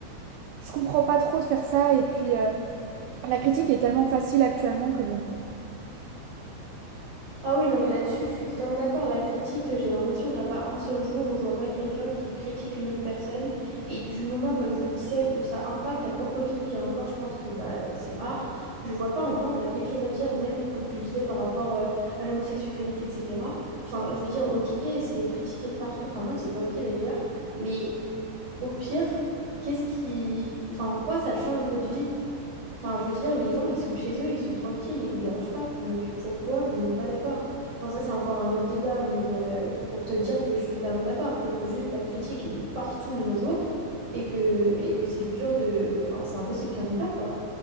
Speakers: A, on the right; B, on the right.
A: je comprends pas trop de faire ça et puis la critique est tellement facile actuellement que bon.
B: Ah oui, non, mais là-dessus, je suis totalement d'accord. La critique, euh, j'ai l'impression qu'il n'y a pas un seul jour où je vois pas quelqu'un qui critique une autre personne. Et du moment, comme je le disais, où ça impacte ta propre vie, et encore, je pense que bah, c'est rare, je vois pas en quoi on a quelque chose à dire, même comme tu disais par rapport euh, à l'homosexualité, etc. Enfin, je veux dire, ok, c'est critiqué de partout. Enfin, non, c'est pas ok d'ailleurs. Mais au pire, qu'est-ce qui. Enfin, en quoi ça change votre vie? Enfin, je veux dire, les gens, ils sont chez eux, ils sont tranquilles et ils vous dérangent pas. Donc, pourquoi vous n'êtes pas d'accord? Enfin, ça, c'est encore un autre débat, mais euh, pour te dire que je suis totalement d'accord, que juste la critique est de partout de nos jours et que, et que c'est dur de... Enfin, c'est impossible qu'il n'y en ait pas, quoi.